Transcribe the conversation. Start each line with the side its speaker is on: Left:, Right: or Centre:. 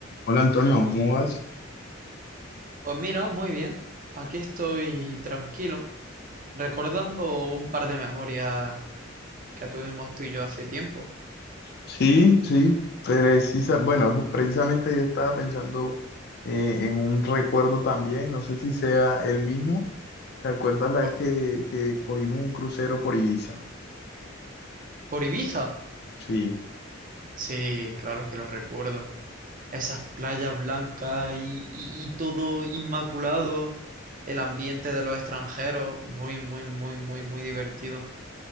Left: Hola Antonio, ¿cómo vas?
Right: Pues mira, muy bien. Aquí estoy tranquilo, recordando un par de memorias que tuvimos tú y yo hace tiempo.
Left: Sí, sí, precisa, bueno, ju- precisamente yo estaba pensando eh, en un recuerdo también, no sé si sea el mismo. ¿Te acuerdas la
Right: ¿Por,
Left: vez que, que cogimos un crucero por Ibiza?
Right: por Ibiza?
Left: Sí,
Right: Sí, claro que lo recuerdo. Esas playas blancas y, y- y todo inmaculado, el ambiente de los extranjeros, muy, muy, muy, muy, muy divertido.